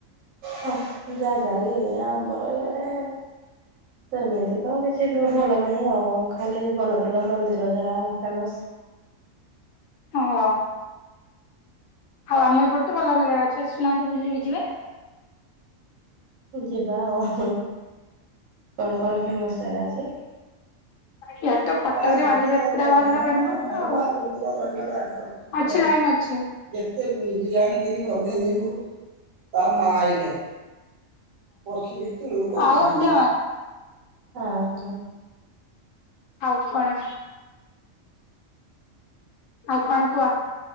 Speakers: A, on the right (about 80°); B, on the left (about 80°).
A: ହ ଜାଗା କି ଆମର ଏଇଆଡେ ସେମିତି ତ କିଛି ଭଲ ନାହିଁ ଆଉ ଖାଲି ବନଦୁର୍ଗା ମନ୍ଦିର ଯାହା ଫେମସ୍‌।
B: ହଁ। ଆଉ ଆମ ଏପଟ ତ ଭଲ ଭଲ ଜାଗା ଅଛି, ଆଶୁନାହାନ୍ତି ବୁଲିକି ଯିବେ?
A: ଯିବା ଆଉ ହୁଁ, କଣ କଣ ଫେମସ ଜାଗା ଅଛି?
B: ଇଆଡେ ତ କଟକରେ
A: ତା ଝିଅ
B: ବାଲିଯାତ୍ରା
A: ଲଗନ
B: ଭଲ ଫେମସ
A: ହେଲା
B: ଆଉ
A: ଗ ରହିଲା ଡାକ୍ତରଖାନାରେ।
B: ଅଛି ଲାଇନ ଅଛି।
A: ଯେତେ ବିରିୟଣୀ କିରି ବଦେଇଦେଇଥିଲୁ ତା ମା ଆଇଲେ। ବସିକି ତୁଳୁ ଗଦା
B: ଆଉ
A: ହେଇଗଲା।
B: ଙ୍କ?
A: ଆଉ କଣ?
B: ଆଉ କଣ ଆଉ କଣ କୁହ?